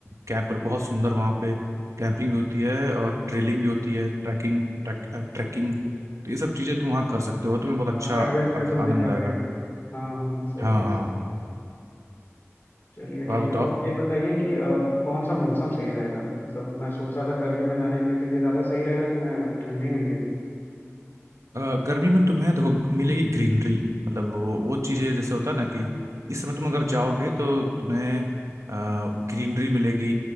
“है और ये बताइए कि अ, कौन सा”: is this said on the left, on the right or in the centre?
Left